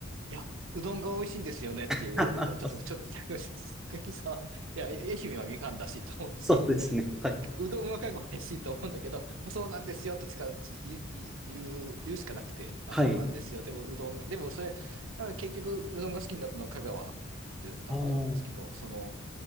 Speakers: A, on the right; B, in the centre.
A: いや、うどんが美味しいんですよねって言われること、
B: <laughs>
A: ちょっと、ちょっと、逆に、逆にさ、いや、愛媛はみかんだしと思うし、
B: そうですね。はい、
A: うどんはかが美味しいと思うんだけど、そうなんですよとしか言う、言う、言うしかなくて、あ、
B: はい。
A: そうなんですよ。でもうどんが、でもそれ、だから結局うどんが好きになったのは香川でだったんですけど、
B: ああ、
A: その、